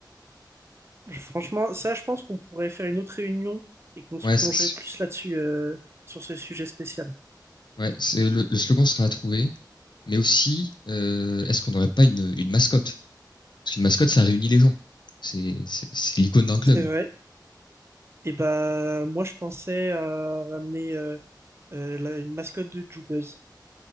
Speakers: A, on the right (about 35°); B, on the left (about 75°).
A: Franchement, ça, je pense qu'on pourrait faire une autre réunion et qu'on se
B: Ouais,
A: plongerait
B: ça,
A: plus là-dessus, euh, sur ce sujet spécial.
B: Ouais, c'est le, le slogan sera à trouver, mais aussi, euh, est-ce qu'on n'aurait pas une, une mascotte? Parce qu'une mascotte, ça réunit les gens. C'est c'est- c'est l'icône d'un club.
A: C'est vrai. Et ben, moi, je pensais à ramener euh, euh, la- une mascotte de Jubuzz,